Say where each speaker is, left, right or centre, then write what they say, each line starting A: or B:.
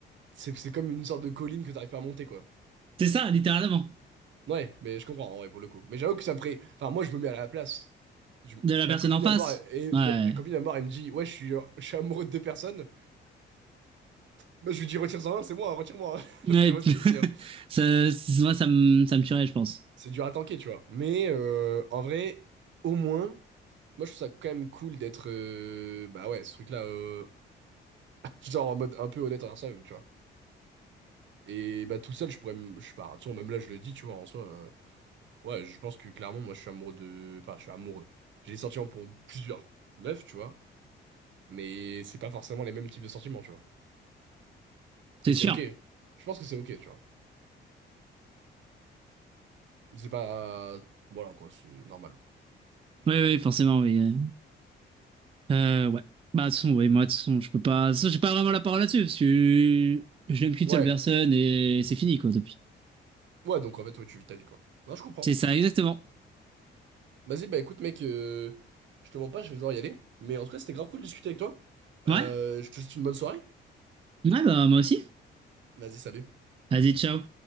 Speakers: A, on the right; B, on the right.
A: c'est c'est comme une sorte de colline que t'arrives pas à monter, quoi.
B: C'est ça, littéralement,
A: Ouais, mais je comprends, en vrai, pour le coup. Mais j'avoue que ça me ferait... Enfin, moi, je me mets à la place. Je-
B: de la
A: Ma
B: personne
A: copine
B: en
A: vient
B: face.
A: me voir, et... et-
B: Ouais.
A: vient- Ma copine vient me voir, elle me dit, ouais, je suis, euh, je suis amoureux de deux personnes. Bah, je lui dis, retire-en un, c'est moi, retire-moi. hein. <laughs>
B: Ouais.
A: Parce que moi, c'est
B: <laughs>
A: fini. hein.
B: Ça, c'est- moi, ça me, ça me tuerait, je pense.
A: C'est dur à tanker, tu vois. Mais euh, en vrai, au moins, moi, je trouve ça quand même cool d'être... euh, Bah ouais, ce truc-là, euh, genre en mode un peu honnête envers soi-même, tu vois. Et bah tout seul, je pourrais... me- Je sais pas, hein, tu vois, même là, je le dis, tu vois, en soi... euh, Ouais, je pense que clairement, moi, je suis amoureux de. Enfin, je suis amoureux. J'ai des sentiments pour plusieurs meufs, tu vois. Mais c'est pas forcément les mêmes types de sentiments, tu vois.
B: C'est
A: Et c'est
B: sûr.
A: ok. Je pense que c'est ok, tu vois. C'est pas. Voilà, quoi, c'est normal.
B: Oui, oui, forcément, oui. Euh, Euh, ouais. Bah, de toute façon, oui, moi, de toute façon, je peux pas. De toute façon, j'ai pas vraiment la parole là-dessus, parce que je n'aime qu'une
A: Ouais.
B: seule personne et c'est fini, quoi, depuis.
A: Ouais, donc en fait, ouais, tu vis ta vie, quoi. Non, je comprends.
B: C'est ça, exactement.
A: Vas-y, bah écoute, mec, euh, je te mens pas, je vais devoir y aller. Mais en tout cas, c'était grave cool de discuter avec toi. Euh,
B: Ouais.
A: je te souhaite une bonne soirée.
B: Ouais, bah, moi aussi.
A: Vas-y, salut.
B: Vas-y, ciao.